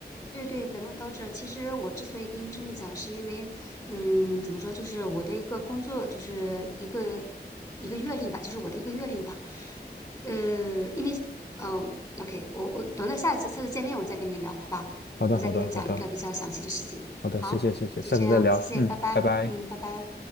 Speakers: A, on the left; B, on the left.
A: 对对，本末倒置。其实我之所以跟你这么讲，是因为，嗯，怎么说，就是我的一个工作，就是一个一个阅历吧，就是我的一个阅历吧。呃，因为呃，OK，我我等到下一次下次见面我再跟你聊，好吧？
B: 好的，
A: 我再跟你讲一个比较详细的事情。
B: 好的，好的。好的，
A: 好，
B: 谢谢谢谢，
A: 就这样，
B: 下次再聊，
A: 谢谢，
B: 嗯，
A: 拜拜。
B: 拜拜。
A: 嗯，拜拜。